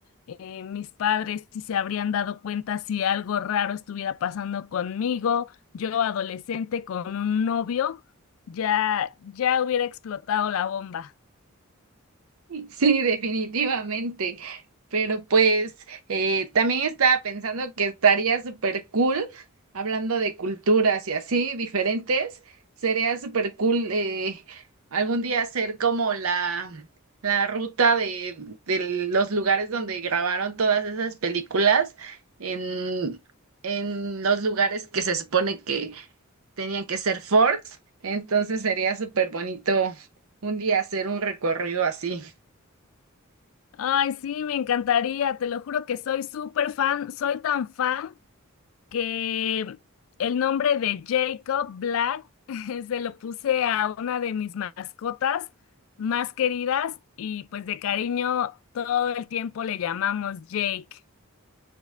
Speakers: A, on the left; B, on the right.
A: Eh, mis padres sí se habrían dado cuenta si algo raro estuviera pasando conmigo, yo adolescente con un novio. Ya, ya hubiera explotado la bomba.
B: Sí, definitivamente. Pero pues eh, también estaba pensando que estaría súper cool, hablando de culturas y así diferentes, sería súper cool eh, algún día hacer como la, la ruta de, de los lugares donde grabaron todas esas películas en, en los lugares que se supone que tenían que ser forts. Entonces sería súper bonito un día hacer un recorrido así.
A: Ay, sí, me encantaría, te lo juro que soy súper fan, soy tan fan que el nombre de Jacob Black <laughs> se lo puse a una de mis mascotas más queridas y pues de cariño todo el tiempo le llamamos Jake.